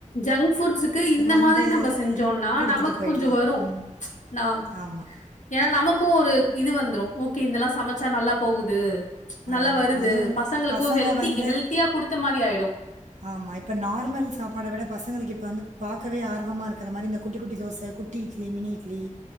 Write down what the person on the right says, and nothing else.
அதுக்கு
வந்து
குடுத்துட்டு
போயிடலாம்
ம்
ஆமா
ஆமா
அதுவும்
பசங்க
வந்து
ஆமா இப்ப நார்மல் சாப்பாட விட பசங்கள்க்கு இப்ப வந்து பாக்கவே ஆர்வமா இருக்குற மாரி இந்த குட்டி குட்டி தோச குட்டி இட்லி மினி இட்லி